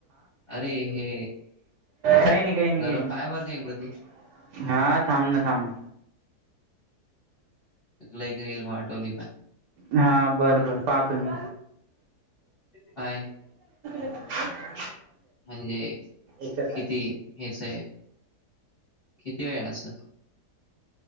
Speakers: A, on the left; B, on the right.
A: अरे हे
B: काय नाही काही नाही
A: जरा
B: काही नाही
A: पाय बर का एकदा तू
B: हा थांब ना थांब ना
A: एकक रेलठवली पण
B: हा बरं बर पाहतो मी
A: पाय
B: कंप्लीट
A: म्हणजे
B: एक्सरसाइज
A: किती हेच आहे किती आहे अस